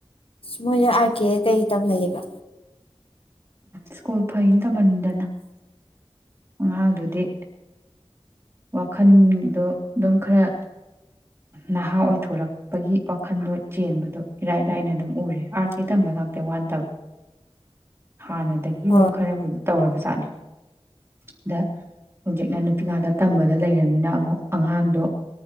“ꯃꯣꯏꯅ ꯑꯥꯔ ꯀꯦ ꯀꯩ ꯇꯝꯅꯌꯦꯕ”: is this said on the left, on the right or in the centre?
Left